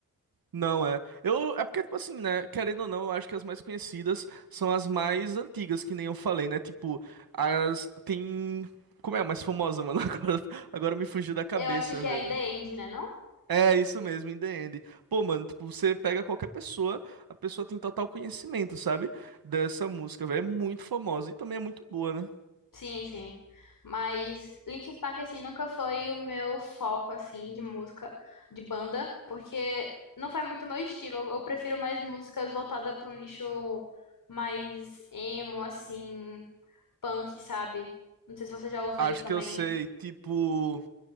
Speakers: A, on the right (about 80°); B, on the left (about 65°).
A: Não é. Eu é porque tipo assim, né, querendo ou não, eu acho que as mais conhecidas são as mais antigas, que nem eu falei, né? Tipo, as tem Como é a mais famosa, mano? <laughs> Agora, agora me fugiu da cabeça,
B: Eu acho que
A: velho.
B: é In The End, né, não?
A: É, isso mesmo, in the end. Pô, mano, tipo, você pega qualquer pessoa, a pessoa tem total conhecimento, sabe? Dessa música, velho. É muito famosa e também é muito boa, né?
B: Sim, sim. Mas Linkin Park, assim, nunca foi o meu foco, assim, de música, de banda, porque não foi muito o meu estilo. Eu, eu prefiro mais músicas voltadas para um nicho mais emo, assim, punk, sabe? Não sei se você já ouviu
A: Acho
B: também.
A: que eu sei, tipo,